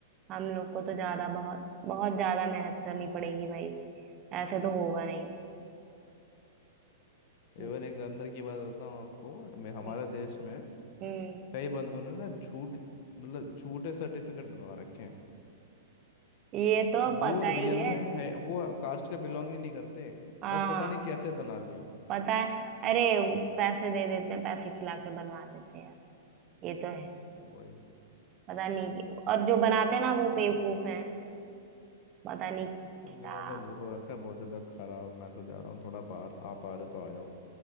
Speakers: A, on the right (about 35°); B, on the left (about 55°).
A: हम लोग को तो ज्यादा बहुत बहुत ज्यादा मेहनत करनी पड़ेगी भाई ऐसे तो होगा नहीं हम्म
B: इवन एक अंदर की बात बताऊँ आपको मैं हमारे
A: हम्म,
B: देश में
A: हम्म।
B: कई बंदों ने ना झूठ मतलब झूठे सर्टिफिकेट बनवा रखे हैं
A: ये तो
B: जो
A: पता
B: रियल
A: ही है
B: में है वो कास्ट के बिलोंग ही नहीं करते
A: हाँ
B: बस पता नहीं कैसे बना लिया
A: पता है अरे पैसे दे देते हैं पैसे खिला के बनवा देते हैं यार, ये तो है
B: वही
A: पता नहीं कि- और जो बनाते हैं ना वो
B: अरे
A: बेवकूफ
B: भाई
A: हैं पता नहीं
B: तो
A: क्या
B: मेरा तो मूड हो रखा है बहुत ज्यादा खराब मैं तो जा रहा हूँ थोड़ा बाहर आप आ रहे हो तो आ जाओ